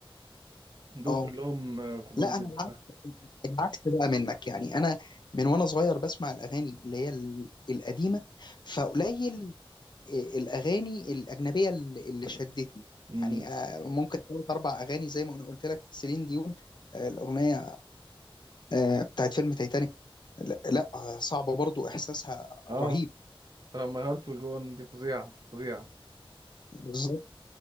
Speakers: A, on the right; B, on the left.
A: دول
B: اه
A: كلهم آه، بحبهم
B: لا
A: جدا
B: انا
A: صح
B: العكس بقى منك يعني انا من وانا صغير بسمع الاغاني اللي هي ال- القديمه فقليل آه، الاغاني الاجنبيه اللي اللي شدتني
A: امم
B: يعني آه، ممكن ثلاث اربع اغاني زي ما انا قلت لك سيلين ديون آه، الاغنيه آه، بتاعت فيلم تايتانيك لا لا، آه، صعبه برضو احساسها
A: اه
B: رهيب
A: لما هارت والجون دي فظيعة فظيعة
B: بالظبط